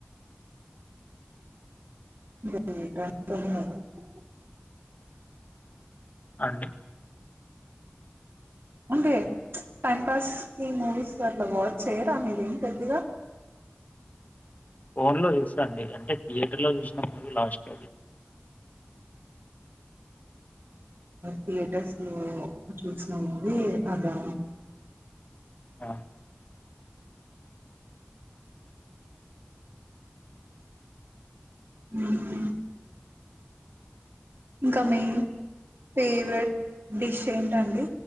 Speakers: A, on the right (about 70°); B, on the left (about 40°).
A: <unintelligible>
B: అండి
A: అంటే ప్చ్ టైం పాస్ కీ మూవీస్ అట్ల వాచ్చేయరా మీరేం పెద్దగా
B: ఫోన్లో చూస్తా అండి అంటే థియేటర్లో చూసిన మూవీ లాస్ట్ అదే
A: థియేటర్స్ లో చూసిన మూవీ అదా
B: ఆ
A: హ్మ్ ఇంకా మీ ఫేవరెట్ డిష్ ఏంటండి